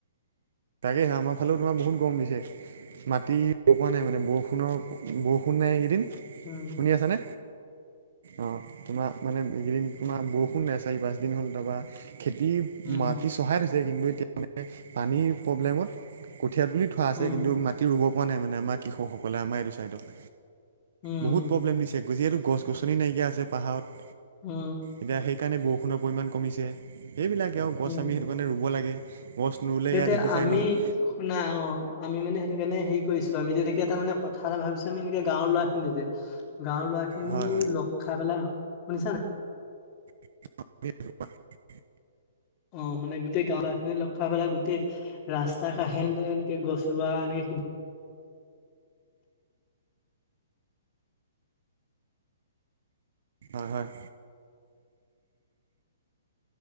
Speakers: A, on the right; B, on the left.
A: তাকেহে আমাৰ ফালেও তোমাৰ বহুত গম দিছে। মাটি পৰোৱা নাই মানে বৰষুণৰ, বৰষুণ নাই এইকেইদিন
B: উম।
A: শুনি আছনে। অ', তোমাৰ মানে এইকেইদিন তোমাৰ বৰষুণ নাই চাৰি পাঁচদিন হ'ল তাৰপৰা খেতি
B: উম,
A: মাটি চহাই থৈছে কিন্তু এতিয়া মে পানীৰ প্ৰব্লেমত কঠীয়া তুলি ফা আছে
B: উম,
A: কিন্তু মাটি ৰুব পৰা নাই মানে আমাৰ কৃষকসকলে আমাৰ এইটো চাইডক
B: উম,
A: বহুত প্ৰব্লেম দিছে যিহেতু গছ গছনি নাইকিয়া আছে পাহাৰত
B: অ'।
A: এতিয়া সেইকাৰণে বৰষুণৰ পৰিমাণ কমিছে সেইবিলাকেও গছ
B: উম।
A: আমি সেইটো কাৰণে ৰুব লাগে। গছ নুৰুলে
B: সেইটোৱে
A: এয়া দেখিছাই
B: আমি
A: নহয়
B: শুনা অ', আমি মানে সেইটো কাৰণে হেৰি কৰিছো আমি তেনেকে এটা মানে কথা এটা ভাবিছোঁ আমি এনেকে গাঁৱৰ ল'ৰা খিনি যে গাঁৱৰ ল'ৰা খিনি
A: হয়
B: লগ খাই পেলাই শুনিছা নাই।
A: <unintelligible>
B: অ', মানে গোটেই গাওখিনি লৰা পেলাই গোট ৰাস্তা কাাহেে এনেকে গছ ৰোৱা এনেকে
A: হয়, হয়।